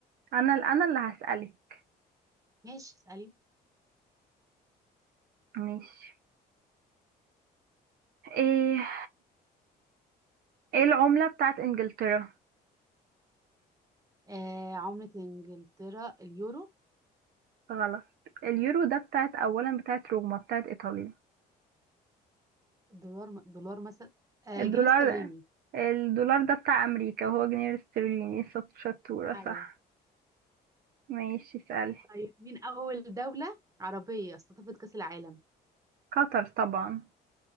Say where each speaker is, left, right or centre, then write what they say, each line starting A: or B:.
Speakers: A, on the right; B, on the right.
A: أنا أنا اللي هسألك
B: ماشي اسألي
A: ماشي إيه إيه العملة بتاعت إنجلترا
B: آه عملة انجلترا اليورو
A: غلط اليورو ده بتاعت أولا بتاعت روما بتاعت إيطاليا
B: دولار دولار مثلا آه
A: الدولار
B: جنيه استرليني
A: الدولار ده بتاع أمريكا وهو جنيه استرليني شط- شطورة
B: ايوه
A: صح ماشي اسألي
B: طيب مين اول دولة عربية استضافت كأس العالم
A: قطر طبعا